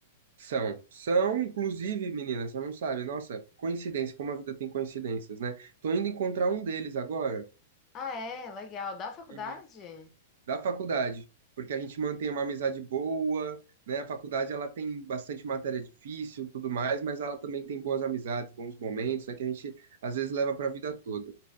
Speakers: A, on the right (about 70°); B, on the left (about 25°).
A: São, são, inclusive, meninas, você não sabe, nossa, coincidência, como a vida tem coincidências, né? Tô indo encontrar um deles agora.
B: Ah, é, legal. Da faculdade?
A: Uhum. da faculdade, porque a gente mantém uma amizade boa, né? A faculdade ela tem bastante matéria difícil, tudo mais, mas ela também tem boas amizades, bons momentos, né? Que a gente às vezes leva para a vida toda.